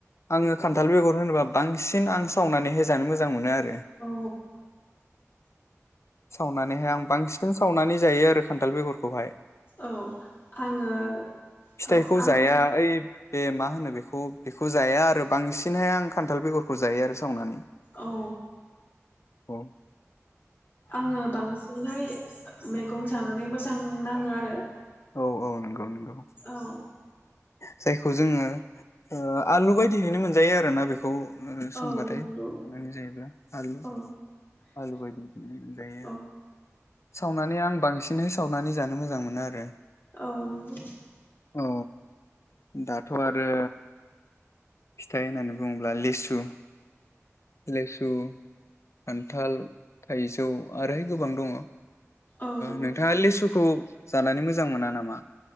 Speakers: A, on the left; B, on the left.
A: आङो खान्थाल बेगर होनोबा बांसिन आं सावनानैहाय जानो मोजां मोनो आरो
B: औ
A: सावनानैहाय आं बांसिन सावनानै जायो आरो खान्थाल बेगरखौहाय।
B: औ आङो
A: फिथाइखौ
B: औ आं
A: जाया ओइ बे मा होनो बेखौ बेखौ जाया आरो बांसिनहाय आं खान्थाल बेगरखौ जायो आरो सावनानै
B: औ
A: अ
B: आङो बांसिनहाय खं जानानै मो जां नाङो आरो
A: औ औ नोंगौ नोंगौ
B: औ
A: जायखौ जोङो ओ आलु बायदियैनो मोनजायो आरो ना बेखौ संबाथाय
B: औ नंगौ
A: संनानै जायोबा आलु
B: औ
A: आलु बायदि जायो
B: औ
A: सावनानै आं बांसिन बिदिनो सावनानै जानो मोजां मोनो आरो।
B: औ नंगौ
A: औ दाथ' आरो फिथाइ होननानै बुङोब्ला लेसु, लेसु, खान्थाल थाइजौ आरोहाय गोबां दङ ओ
B: औ
A: नोंथाङा लेसुखौ जानानै मोजां मोजां मोना नामा?